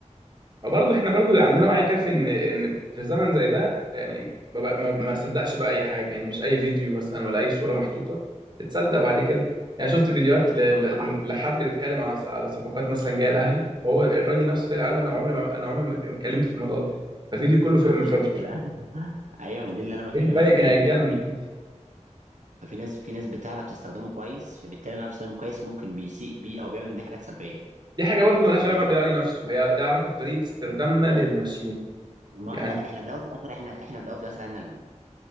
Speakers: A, on the right; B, on the right.
A: برضه احنا برضه عندنا وعي كافي ان ان في زمن زي ده يعني ما بقى ما ما صدقش بقى اي حاجه يعني مش اي فيديو مثلا ولا اي صوره محطوطه بتصدق بعد كده يعني شفت فيديوهات ل... ل...
B: صح
A: لحد بيتكلم على على صفقات مثلا جايه الاهلي وهو الراجل نفسه طلع قال انا عمري ما انا عمري ما اتكلمت في الموضوع ده فالفيديو كله في مفبركين
B: دي الفكره <laughs> ايوه ما دي اللي انا بكلمك
A: فايق
B: فيه
A: كان هيتجنن
B: ان ان ففي ناس في ناس بتعرف تستخدمه كويس فبالتالي بقى بتستخدمه كويس ممكن بيسيء بيه او بيعمل بيه حاجات سلبيه
A: دي حاجه برضه
B: ف- فاهم
A: مالهاش علاقه بالاي اي نفسه هي ليها علاقه بطريقه استخدامنا للماشين
B: ما
A: يعني
B: احنا احنا في الاول وفي الاخر احنا احنا في الاول وفي الاخر احنا ال-